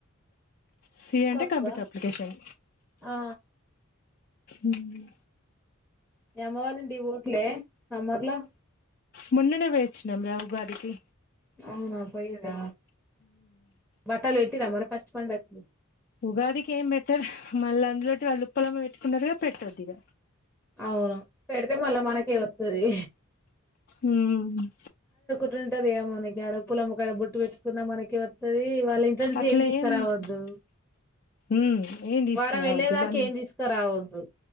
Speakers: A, on the left (about 45°); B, in the centre.
A: సి
B: ఇంకా
A: అంటే
B: అక్క
A: కంప్యూటర్ అప్లికేషన్
B: ఆ
A: మ్మ్ హ్
B: మీ అమ్మవాళ్ల ఇంటికి పొవట్లే సమ్మర్లా
A: మోన్ననే పోయి వచ్చినం ఉగాది కి
B: అవునా పోయిన్రా బట్టలు పెట్టిన్రా మరి ఫస్ట్ పండక్కి
A: ఉగాదికి ఏం బెట్టరు మళ్ళ అందులోటి వాళ్ళు ఉప్పలమ్మ పెట్టుకున్నారుగా పెట్టొద్దు ఇగ
B: అవును పెడితే మళ్ళా మనకే వస్తది
A: మ్మ్ హ్హ్
B: అట్లా ఉంటది మనకి అడ ఉప్పలమ్మా కాడ బొట్టు పెట్టుకున్న మనకే వత్తది వాళ్ళ ఇంటి నుంచి
A: అట్లా
B: ఏం తీసుకురావద్దు
A: ఉండదు ఉమ్ ఏం తీసుకురావద్దు
B: వారం వెళ్ళేదాకా
A: వన్
B: ఏం తీసుకురావద్దు